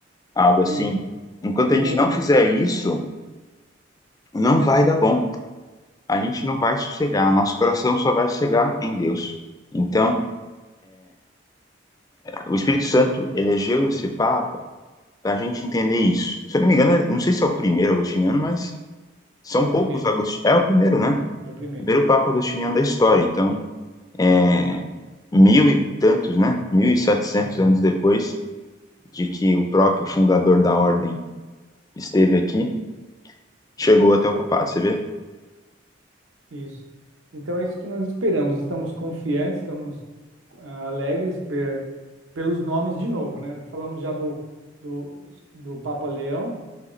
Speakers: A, on the left; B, on the right.
A: Algo assim.
B: Isso.
A: Enquanto
B: Como
A: a gente não fizer isso, não vai dar bom. A gente não vai sossegar, nosso coração só vai sossegar em Deus. Então, O Espírito Santo elegeu esse Papa para a gente entender isso. Se eu não me engano, não sei se é o primeiro agostiniano, mas são
B: é o primeiro.
A: poucos agostinianos. É o primeiro, né?
B: É o primeiro.
A: O primeiro Papa agostiniano da história. Então, é, mil e tantos, né? Mil e setecentos
B: É.
A: anos depois de que o próprio fundador da ordem esteve aqui, chegou até o papado, você vê?
B: Isso. Então é isso que nós esperamos. Estamos confiantes, estamos ah, alegres per, pelos nomes de novo, né? Falamos já do, do, do Papa Leão.